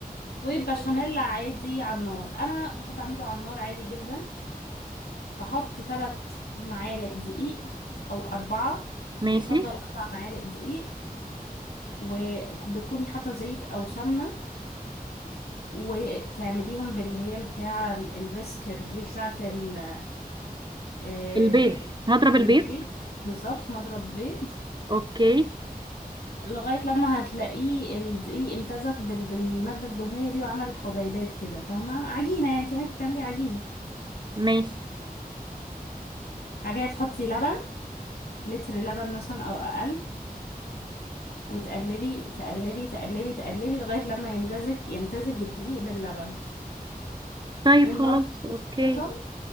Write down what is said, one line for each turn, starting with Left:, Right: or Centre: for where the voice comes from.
Left: وبشاميل عادي على النار انا بحب اعمله على النار عادي جدا بحط ثلاث معالق دقيق او اربعة
Right: ماشي
Left: يفضل اربع معالق دقيق وبتكوني حاطه زيت او سمنه وتعمليهم باللي هي البتاعه الريسكر دي بتاعه ال- آه،
Right: البيض نضرب البيض
Left: البيض بالظبط مضرب بيض
Right: اوكي
Left: لغاية لما هتلاقيه الدقيق امتزج بال... بالمادة الدهنية دي وعمل حبيبات كده فاهمة عجينة يعني كأنك بتعملي عجينة
Right: ماشي
Left: حاجة تحطي لبن لتر لبن مثلا أو أقل وتقلبي تقلبي تقلبي تقلبي لغاية لما يمتزج يمتزج الدقيق باللبن
Right: طيب
Left: النار
Right: خلاص اوكي
Left: متوسطة